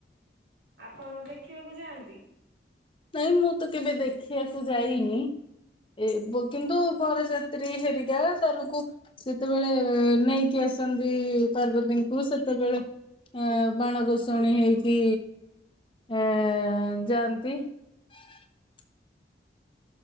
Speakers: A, on the right; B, on the left.
A: ଆପଣ ଦେଖିବାକୁ ଯାଆନ୍ତି?
B: ନାଇଁ ମୁଁ ତ କେବେ ଦେଖିବାକୁ ଯାଇନି? ଏ କିନ୍ତୁ ବରଯାତ୍ରୀ ହେରିକା ତରକୁ ଯେତେବେଳେ ନେଇକି ଆସନ୍ତି ପାର୍ବତୀଙ୍କୁ ସେତେବେଳେ ଅ ବାଣ ରୋସଣୀ ହେଇକି ଏ ଯାଆନ୍ତି <unintelligible>